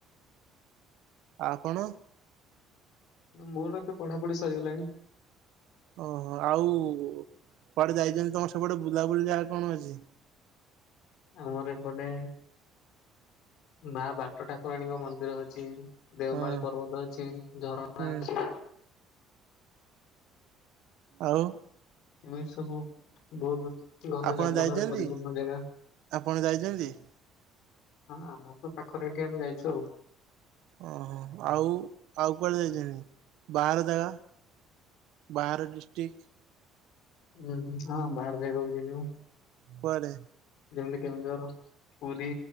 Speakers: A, on the right (about 75°); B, on the left (about 75°).
A: ଆପଣ?
B: ମୋର ଏବେ ପଢା ପଢି ସରିଗଲାଣି।
A: ଓହୋ ଆଉ କୁଆଡେ ଯାଇଛନ୍ତି, ତମର ସବୁଟେ ବୁଲାବୁଲି ଜାଗା କଣ ଅଛି?
B: ଆମର ଏପଟେ ମା ବାଟ ଠାକୁରାଣୀଙ୍କ ମନ୍ଦିର ଅଛି। ଦେଓମାଳି
A: ହଁ
B: ପର୍ବତ ଅଛି, ଝରଣା
A: ହୁଁ
B: ଅଛି
A: ଆଉ?
B: ଏମିତି ସବୁ ବହୁତ ଘନ
A: ଆପଣ
B: ଜଙ୍ଗଲରେ
A: ଯାଇଛନ୍ତି?
B: ପରିପୂର୍ଣ୍ଣ ଜାଗା।
A: ଆପଣ ଯାଇଛନ୍ତି?
B: ହଁ ଆମର ତ ପାଖରେ ଏଠି ଆମେ ଯାଇଛୁ ଆଉ।
A: ଓହୋ ଆଉ, ଆଉ କୁଆଡେ ଯାଇଛନ୍ତି, ବାହାର ଜାଗା? ବହାର ଡିଷ୍ଟ୍ରିକ୍?
B: ଉୁଁ ହଁ ବାହାର ଜାଗା କୁ ଯିଏ ଯିବ।
A: କୁଆଡେ?
B: ଯେମିତି କେନ୍ଦୁଝର, ପୁରୀ,